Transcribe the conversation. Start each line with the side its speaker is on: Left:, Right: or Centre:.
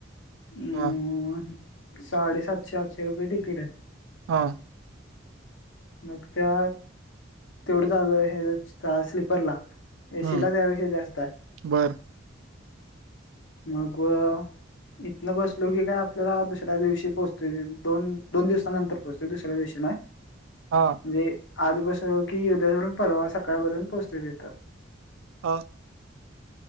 Left: अम्म.
Right: हा
Left: साडे सातशे आठशे रुपये तिकीट आहे.
Right: हा
Left: मग त्या तेवढंच <inaudible> हे स्लीपरला एसीला
Right: हम्म
Left: त्यापेक्षा जास्त आय
Right: बर
Left: मग अ इतनं बसलो की काय आपल्याला दुसऱ्या दिवशी पोहोच ते दोन दोन दिवसानंतर पोहचतो दुसऱ्या दिवशी ना
Right: हा
Left: जे आज बसलो की उद्या <inaudible> परवा सकाळपर्यंत पोहोचत येतं
Right: हा